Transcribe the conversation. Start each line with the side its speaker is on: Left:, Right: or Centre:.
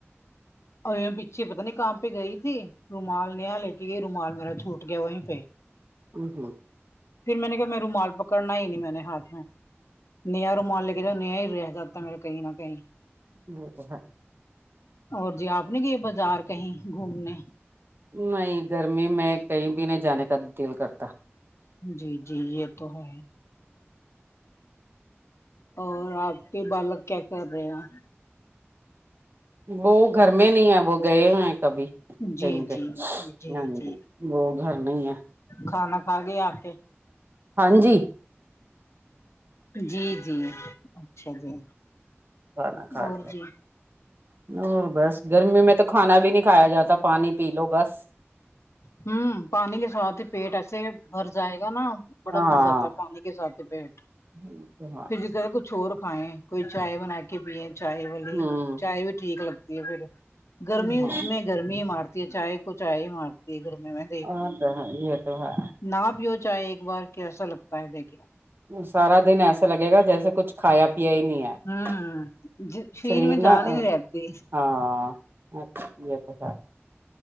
Left: اور پچھے پتہ نہیں کہا پے گئی تھی رومال نیا لے کے گئی رومال میرا چھوٹ گیا وہیں پے
Right: آمم ہمم
Left: پھر میں نے کہا میں رومال پکڑنا ہی نہیں میں نے ہاتھ میں نیا رومال لے کے جاؤ نیا ہی رہ جاتا ہے میرا کہیں نہ کہیں
Right: وہ تو ہے
Left: اور جی آپ نہیں گئی بازار کہیں گھومنے
Right: نہیں گرمی میں کہیں بھی نہیں جانے کا دل کرتا
Left: جی جی یے تو ہے اور آپ کے بالک کیا کر رہے ہیں
Right: وہ گھر میں نہیں ہے وہ گئے ہے کبھی
Left: جی
Right: کہیں گئے
Left: جی جی
Right: نہیں
Left: جی
Right: ہے وہ گھر نہی ہے
Left: کھانا کھا گئے آپ کے
Right: ہاں جی
Left: جی جی اچھا جی
Right: کھانا کھا
Left: اور
Right: لیا
Left: جی
Right: اور بس گرمی میں تو کھانا بھی نہیں کھایا جاتا پانی پی لو بس
Left: ھمم پانی کے ساتھ ہی پیٹ ایسے بھر جائے گا نا بڑا
Right: ہاں
Left: بھر
Right: ہاں
Left: جاتا ہے پانی کے سات پیٹ
Right: <unintelligible>
Left: پھرز کرل کچھ اور کھائیں کوئی چائے بنا کے پیئے چائے والی
Right: ہوں
Left: چائے بھی ٹھیک لگتی ہے پھر گرمی
Right: ہاں
Left: میں گرمی ہی مارتی ہے چائے کو چائے ہی مارتی ہے گرمی میں
Right: ہ تو یہ تو ہے
Left: نہا پیو چاہے ایک بار کیسا لگتا ہے دیکھ لو
Right: سارا دن ایسے لگے گا جیسے کچھ کھایا پیا ہی نہیں ہے
Left: ہوں ہوں
Right: شریر
Left: میں جان
Right: نہ
Left: ہی نہیں رہتی
Right: ہاں اچ یہ تو س